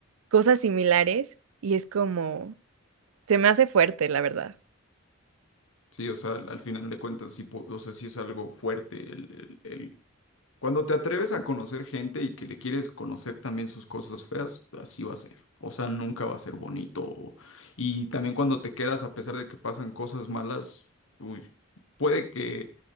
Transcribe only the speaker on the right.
cosas similares y es como, se me hace fuerte, la verdad.